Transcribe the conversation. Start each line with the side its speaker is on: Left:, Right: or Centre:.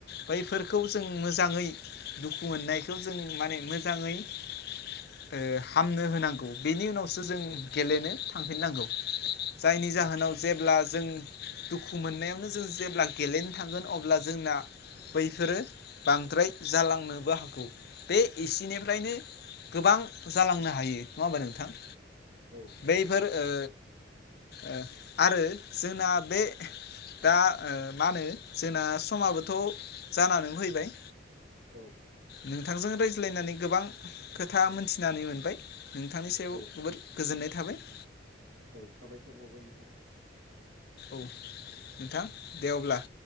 Left: बैफोरखौ जों मोजाङै दुखु मोननायखौ जों माने मोजाङै ओ हामनो होनांगौ बेनि उनावसो जों
Right: औ
Left: गेलेनो थांफिननांगौ जायनि जाहोनाव जेब्ला जों दुखु मोननायावनो जों जेब्ला गेलेनो थांगोन अब्ला जोंना बैफोरो बांद्राय जालांनोबो हागौ। बे एसिनिफ्रायनो गोबां जालांनो हायो नङा होमबा नोंथां?
Right: औ
Left: बैफोर ओ ओ आरो जोंना बे दा ओ मा होनो जोंना समाबोथ' जानानानै फैबाय
Right: औ
Left: नोंथांजों रायज्लायनानै गोबां खोथा मोनथिनानै मोनबाय नोंथांनि सायाव
Right: औ
Left: जोबोर गोजोननाय थाबाय।
Right: औ साबायखर बावबाय नोंथां।
Left: औ नोंथां दे अब्ला।